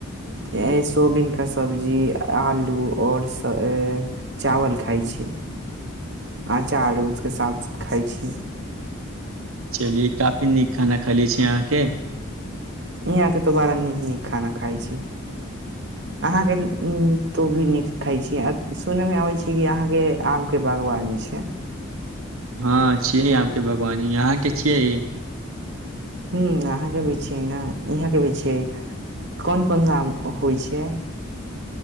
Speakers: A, on the right (about 55°); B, on the right (about 80°).
A: के सोबिन के सब्जी आलू ओर स ए चावल खइ छी आ चारू उसके साथ खाइ छी
B: चलि काफी नीक खाना खले छी अहाँके
A: इयांक त बड़ा नीक नीक खाना खाय छी अहाँके उ तो भी नीक खााय छी सुनय मे आबै छी कि अहाँके आम के बागवानी छै
B: हँ छियै आम के बागवानी यहाँ के छियै
A: हुँ अहाँके भी छियै ने इहाँ के भी छियै कौन कौनसा आम होइ छै